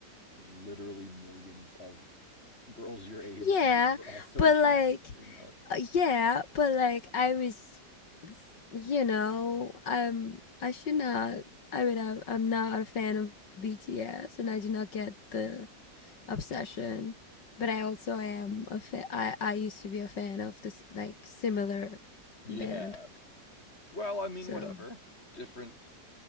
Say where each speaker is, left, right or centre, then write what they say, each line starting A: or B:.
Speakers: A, on the left; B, on the left.
A: literally millions of girls your age
B: Yeah,
A: who were also
B: but
A: <laughs> attracted
B: like,
A: to Zayn Malik.
B: uh, yeah, but like, I was, you know, I'm, I should not, I mean, I'm, I'm not a fan of BTS and I do not get the obsession, but I also am a fan, I, I used to be a fan of this, like, similar
A: Yeah.
B: band.
A: Well, I mean,
B: So,
A: whatever. Different